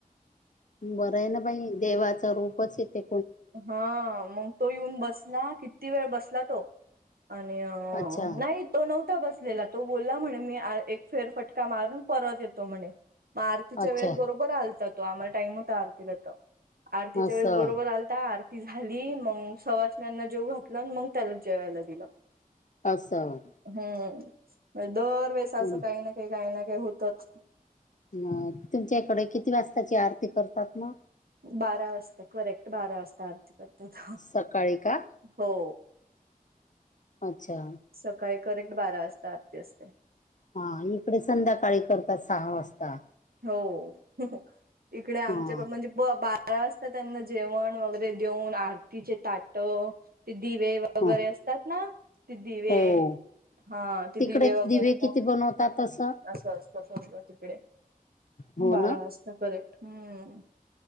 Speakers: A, on the left; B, on the right.
A: बरं आहे ना बाई, देवाचं रूपच हे ते.
B: हा मग तो येऊन बसला, किती वेळ बसला तो. आणि
A: अच्छा
B: नाही तो नव्हता बसलेला, तो बोलला म्हणे. मी <unintelligible> एक फेर फटका मारून परत येतो म्हणे. मग आरतीच्या
A: अच्छा
B: वेळेस बरोबर आलता तो, आम्हाला टाईम होता आरतीला तर. आरतीच्या
A: असं
B: वेळेस बरोबर आल आता आरती झाली. मग सवासण्याना जेऊ घातलं, आन मग त्याला जेवायला दिलं.
A: असं.
B: हम्म, दरवेळेस असं
A: हं.
B: काही ना काही काही ना काही होतच.
A: अ, तुमच्याकडे किती वाजताची आरती करतात मग?
B: बारा वाजता, करेक्ट बारा वाजता आरती करतात,
A: सकाळी का?
B: हो.
A: अच्छा.
B: सकाळी करेक्ट बारा वाजता आरती असते.
A: हा इकडे संध्याकाळी करतात, सहा वाजता.
B: हो, इकडे आमच्याकडं
A: हा
B: म्हणजे ब- बारा वाजता त्यांना जेवण वगैरे देऊन आ आरतीचे ताट, ते दिवे वगैरे
A: ह
B: असतात ना, ते दिवे
A: हो
B: हा ते
A: तिकडे
B: दिवे वगैरे
A: किती
B: पण,
A: बनवतात तसं?
B: असं असतं सगळं तिकडे.
A: हो
B: बारा
A: ना
B: वाजता करेक्ट हम्म.